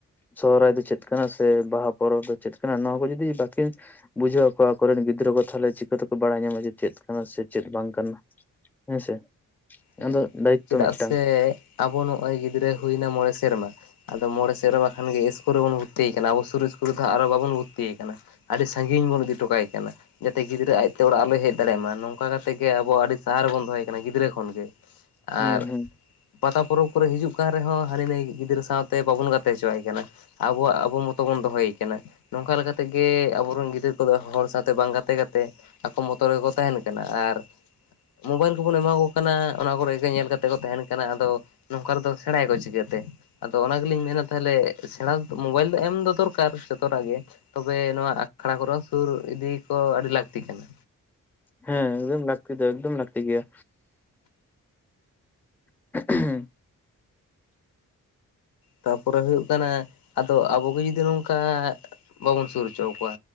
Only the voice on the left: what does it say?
ᱦᱮᱸ
ᱪᱮᱫᱟᱜ
ᱥᱮ ᱟᱵᱚ ᱱᱚᱜᱼᱚᱭ ᱜᱤᱫᱽᱨᱟᱹᱭ ᱦᱩᱭᱱᱟ ᱢᱚᱬᱮ ᱥᱮᱨᱢᱟ, ᱟᱫᱚ ᱢᱚᱬᱮ ᱥᱮᱨᱢᱟ ᱠᱷᱟᱱ ᱜᱮ ᱤᱥᱠᱩᱞ ᱨᱮᱵᱚᱱ ᱵᱷᱚᱛᱛᱤᱭᱮ ᱠᱟᱱᱟ ᱟᱵᱚ ᱥᱩᱨ ᱤᱥᱠᱩᱨ ᱨᱮ ᱫᱚ ᱦᱟᱸᱜ ᱵᱟᱵᱚᱱ ᱵᱷᱚᱛᱛᱤᱭᱮ ᱠᱟᱱᱟ᱾ ᱟᱹᱰᱤ ᱥᱟᱺᱜᱤᱧ ᱵᱚᱱ ᱤᱫᱤᱴᱚ ᱠᱟᱭ ᱠᱟᱱᱟ᱾ ᱡᱟᱛᱮ ᱜᱤᱫᱽᱨᱟᱹ ᱟᱡᱛᱮ ᱚᱲᱟᱜ ᱟᱞᱚᱭ ᱦᱮᱡ ᱫᱟᱲᱮᱭᱟᱜ ᱢᱟ ᱱᱚᱝᱠᱟ ᱠᱟᱛᱮ ᱜᱮ ᱟᱵᱚ ᱟᱹᱰᱤ ᱥᱟᱦᱟᱨ ᱨᱮ ᱵᱚᱱ ᱫᱚᱦᱚᱭᱮ ᱠᱟᱱᱟ ᱜᱤᱫᱽᱨᱟᱹ ᱠᱷᱚᱱᱜ ᱜᱮ᱾ ᱟᱨ
ᱯᱟᱛᱟ ᱯᱚᱨᱚᱵᱽ ᱠᱚᱨᱮ ᱦᱤᱡᱩᱜ ᱠᱟᱱ ᱨᱮᱦᱚᱸ ᱦᱟᱹᱱᱤ ᱱᱷᱟᱹᱭ ᱜᱤᱫᱽᱨᱟᱹ ᱥᱟᱶᱛᱮ ᱵᱟᱵᱚᱱ ᱜᱟᱛᱮ ᱦᱚᱪᱚᱣᱟᱭ ᱠᱟᱱᱟ᱾ ᱟᱵᱚᱣᱟᱜ ᱟᱵᱚ ᱢᱚᱛᱚ ᱵᱚᱱ ᱫᱚᱦᱚᱭᱮ ᱠᱟᱱᱟ᱾ ᱱᱚᱝᱠᱟ ᱞᱮᱠᱟᱛᱮ ᱜᱮ ᱟᱵᱚᱨᱮᱱ ᱜᱤᱫᱽᱨᱟᱹ ᱠᱚᱫᱚ ᱦᱚᱲ ᱥᱟᱶᱛᱮ ᱵᱟᱝ ᱜᱟᱛᱮ ᱠᱟᱛᱮ ᱟᱠᱚ ᱢᱚᱛᱚ ᱨᱮᱜᱮ ᱠᱚ ᱛᱟᱦᱮᱱ ᱠᱟᱱᱟ ᱟᱨ ᱢᱳᱵᱟᱭᱤᱞ ᱠᱚᱵᱚᱱ ᱮᱢᱟ ᱠᱚ ᱠᱟᱱᱟ᱾ ᱚᱱᱟ ᱠᱚᱨᱮ ᱜᱮ ᱧᱮᱞ ᱠᱟᱛᱮ ᱠᱚ ᱛᱟᱦᱮᱱ ᱠᱟᱱᱟ ᱟᱫᱚ ᱱᱚᱝᱠᱟ ᱨᱮᱫᱚ ᱥᱮᱬᱟᱭᱟᱠᱚ ᱪᱤᱠᱟᱹᱛᱮ? ᱟᱫᱚ ᱚᱱᱟ ᱜᱮᱞᱤᱧ ᱢᱮᱱᱟ ᱛᱟᱦᱚᱞᱮ ᱥᱮᱬᱟ ᱢᱳᱵᱟᱭᱤᱞ ᱫᱚ ᱮᱢ ᱫᱚ ᱫᱚᱨᱠᱟᱨ ᱡᱚᱛᱚᱴᱟᱜ ᱜᱮ᱾ ᱛᱚᱵᱮ ᱱᱚᱣᱟ ᱟᱠᱷᱲᱟ ᱠᱚᱨᱮ ᱥᱩᱨ ᱤᱫᱤ ᱠᱚ ᱟᱹᱰᱤ ᱞᱟᱹᱠᱛᱤ ᱠᱟᱱᱟ᱾
ᱛᱟᱨᱯᱚᱨᱮ ᱦᱩᱭᱩᱜ ᱠᱟᱱᱟ ᱟᱫᱚ ᱟᱵᱚᱜᱮ ᱡᱩᱫᱤ ᱱᱚᱝᱠᱟ ᱵᱟᱵᱚᱱ ᱥᱩᱨ ᱦᱚᱪᱚᱣᱟᱠᱚᱣᱟ,